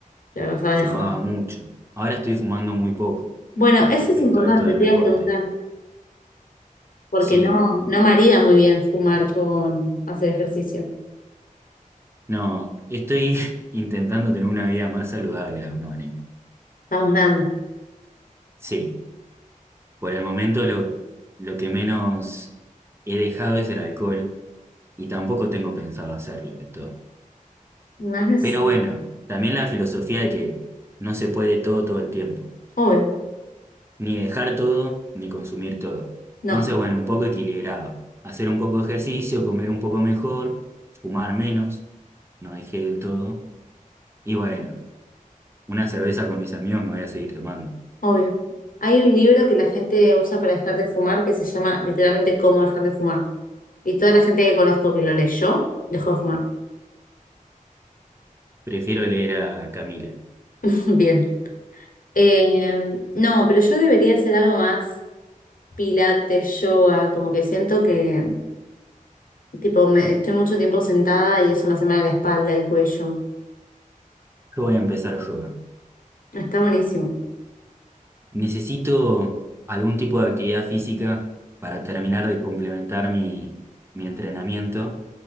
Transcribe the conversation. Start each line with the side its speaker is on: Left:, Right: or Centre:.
Left: la verdad
Right: Fumaba
Left: dejó.
Right: mucho. Ahora estoy fumando muy poco
Left: Bueno, eso
Right: respecto
Left: es importante,
Right: a esto del
Left: te
Right: deporte.
Left: iba a preguntar. porque
Right: Sí,
Left: no,
Right: no.
Left: no marida muy bien fumar con hacer ejercicio.
Right: No, estoy <laughs> intentando tener una vida más saludable de alguna manera.
Left: Estamos grandes.
Right: Sí, por el momento lo, lo que menos he dejado es el alcohol y tampoco tengo pensado hacerlo de todo.
Left: No es necesario.
Right: Pero bueno, también la filosofía de que no se puede todo todo el tiempo,
Left: Obvio.
Right: ni dejar todo, ni consumir todo.
Left: No,
Right: Entonces, bueno, un poco equilibrado. Hacer un poco de ejercicio, comer un poco mejor, fumar menos, no dejé del todo. Y bueno, una cerveza con mis amigos me voy a seguir tomando.
Left: obvio. Hay un libro que la gente usa para dejar de fumar que se llama literalmente Cómo dejar de fumar. Y toda la gente que conozco que lo leyó dejó de fumar.
Right: Prefiero leer a Camila.
Left: <laughs> Bien. Eh, no, pero yo debería hacer algo más pilates, yoga, como que siento que tipo me, estoy mucho tiempo sentada y eso me hace mal a la espalda, el cuello.
Right: Yo voy a empezar yoga.
Left: Está buenísimo.
Right: Necesito algún tipo de actividad física para terminar de complementar mi, mi entrenamiento,